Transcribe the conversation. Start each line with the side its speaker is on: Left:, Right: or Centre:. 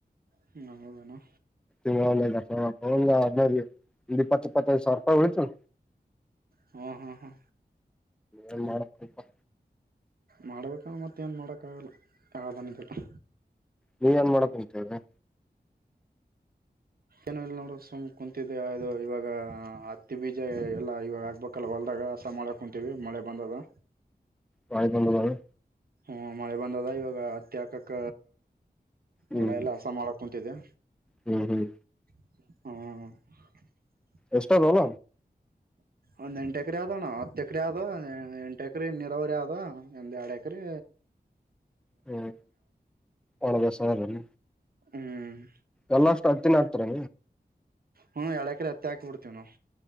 Right: ಹ್ಮ್ ಹೌದೇನೋ.
Centre: ಇನ್ನೊಂದ್ ಐದಪ್ಪ ಒಂದ್ ಹದ್ನೈದ್ ದಿಸ್ ಒಂದ್ ಇಪ್ಪತ್ ಇಪ್ಪತ್ತೈದ್ ಸಾವ್ರ್ ರೂಪಾಯ್ ಉಳಿತು.
Right: ಹ್ಮ ಹಾ ಹಾ.
Centre: ಏನ್ ಮಾಡಪ್ ಬಿಪ್ಪಾ.
Right: ಮಾಡ್ಬೇಕೇನೋ ಮತ್ ಏನ್ ಮಾಡೋಕ್ಕಾಗಲ್ಲ. ಹಾಗ್ ಅನ್ಬುಟ್ಟಾ.
Centre: ನೀವ್ ಏನ್ ಮಾಡಕ್ ಕುಂತ್ಕೊಂಡ್ರ.
Right: ಏನು ಇಲ್ ನೋಡು ಸುಮ್ ಕುಂತಿದ್ದೆ ಅದು ಇವಾಗ ಹತ್ತಿ ಬೀಜ ಎಲ್ಲಾ ಇವಾಗ ಆಗ್ಬೇಕಲ್ಲ ಹೊಲ್ದಾಗ ಹಸ ಮಾಡಕ್ ಕುಂತೀವಿ ಮಳೆ ಬಂದದ.
Centre: ವಾಯುಗ್ ಬಂದದ ಅದು.
Right: ಹ್ಮ ಮಳೆ ಬಂದದ ಇವಾಗ ಹತ್ತಿ ಹಾಕಕ.
Centre: ಹ್ಮ್
Right: ಒಲ ಎಲ್ಲ ಹಸ ಮಾಡಕ್ ಕುಂತಿದೆ.
Centre: ಹ್ಮ್ ಹ್ಮ್.
Right: ಹ್ಮ್
Centre: ಎಷ್ಟದ್ ಒಲ.
Right: ಒಂದ್ ಎಂಟ ಎಕ್ರೆ ಆದಣ್ಣ ಹತ್ ಎಕರೆ ಆದಾವ್ ಎಂಟು ಎಕ್ರೆ ನೀರಾವರಿ ಆದ ಒಂದ್ ಎರಡ್ ಎಕ್ರೆ.
Centre: ಹ್ಮ್ ಒಳದ ಸರ್ ಏನ.
Right: ಹ್ಮ್
Centre: ಎಲ್ಲಷ್ ಟತಿನ್ ಅತ್ರೆ.
Right: ಹ್ಮ ಎಡ್ ಎಕ್ರೆ ಹತ್ತಿ ಹಾಕ್ ಬಿಡ್ತಿವ್ ನಾವ್.